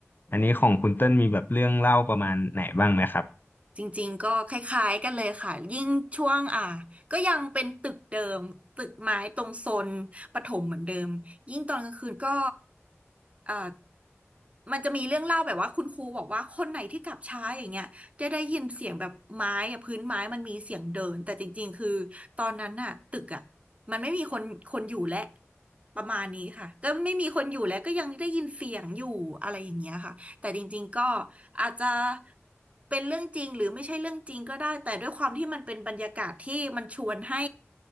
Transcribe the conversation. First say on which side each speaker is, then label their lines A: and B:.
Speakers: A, on the left; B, on the right.
A: อันนี้ของคุณเติ้ลมีแบบเรื่องเล่าประมาณไหนบ้างไหมครับ
B: จริงๆก็คล้ายๆกันเลยค่ะยิ่งช่วงอ่ะก็ยังเป็นตึกเดิมตึกไม้ตรงโซนปฐมเหมือนเดิมยิ่งตอนกลางคืนก็เอ่อมันจะมีเรื่องเล่าแบบว่าคุณครูบอกว่าคนไหนที่กลับช้าอย่างเงี้ยจะได้ยินเสียงแบบไม้อะพื้นไม้มันมีเสียงเดินแต่จริงๆคือตอนนั้นน่ะตึกอ่ะมันไม่มีคนคนอยู่และประมาณนี้ค่ะก็ไม่มีคนอยู่แล้วก็ยังได้ยินเสียงอยู่อะไรอย่างเงี้ยค่ะ แต่จริงๆก็อาจจะเป็นเรื่องจริงหรือไม่ใช่เรื่องจริงก็ได้แต่ด้วยความที่มันเป็นบรรยากาศที่มันชวนให้